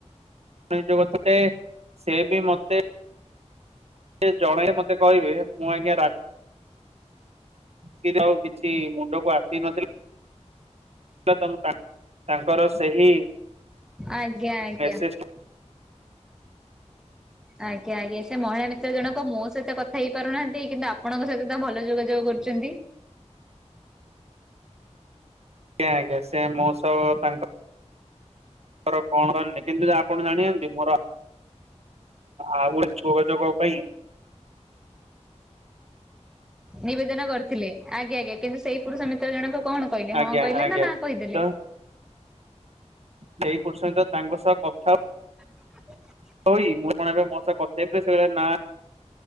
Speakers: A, on the right; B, in the centre.
A: <unintelligible> ସେ ବି ମତେ ସେ ଜଣେ ମତେ କହିବେ ମୁଁ ଆଜ୍ଞାରାତ <unintelligible> ଆଉ କିଛି ମୁଣ୍ଡକୁ ଆସି ନଥିଲା। <unintelligible> ତାଙ୍କର ସେହିମେସେଜ
B: ଆଜ୍ଞା ଆଜ୍ଞା।
A: ଟିକୁ
B: ଆଜ୍ଞା ଆଜ୍ଞା ସେ ମହିଳା ମିତ୍ର ଜଣକ ମୋ ସହିତ କଥା ହେଇପାରୁନାହାନ୍ତି କିନ୍ତୁ ଆପଣଙ୍କ ସହିତ ତା ଭଲ ଯୋଗାଯୋଗ କରୁଚନ୍ତି।
A: ଆଜ୍ଞା ଆଜ୍ଞା ସେ ମୋସ ତାଙ୍କ <unintelligible> କିନ୍ତୁ ଆପଣ ଜାଣିଚନ୍ତି ମୋର ଆଉ ଗୋଟେ <unintelligible> ପାଇଁ।
B: ନିବେଦନ କରିଥିଲେ ଆଜ୍ଞ ଆଜ୍ଞା କିନ୍ତୁ ସେଇ ପୁରୁଷ ମିତ୍ର ଜଣକ କଣ କଇଲେ
A: ଆଜ୍ଞା
B: ହଁ କଇଲେ
A: ଆଜ୍ଞା
B: ନା ନା। କହିଦେଲେ।
A: ତ ସେଇ <unintelligible> ତାଙ୍କ ସହ କଥା ହ
B: <inaudible>
A: ହୋଇ ମୁଁ କଣ ଏବେ ମୋ ସଅ କଥହେବେ ସେକହିଲେ ନା